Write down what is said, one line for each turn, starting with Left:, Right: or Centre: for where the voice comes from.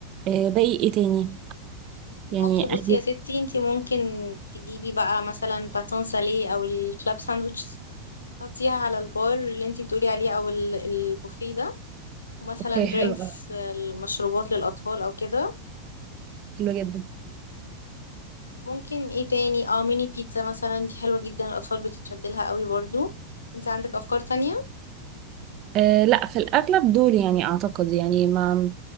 Right: آه باقي إيه تاني؟
Left: الاكل
Right: يعني
Left: بصي
Right: أدي
Left: يا ستي انتي ممكن تجيبي بقى مثلا باتون ساليه او الكلاب ساندويتش تحطيها على البار اللي انتي بتقولي عليه او ال- البوفيه ده ومثلا
Right: أوكي
Left: درينكس
Right: حلوة
Left: المشروبات للاطفال او كده
Right: حلوة جدا
Left: ممكن ايه تاني اه ميني بيتزا مثلا دي حلوة جدا الأطفال بتتشد لها قوي برضو انت عندك أفكار تانية
Right: أه لا في الأغلب دول يعني أعتقد يعني ما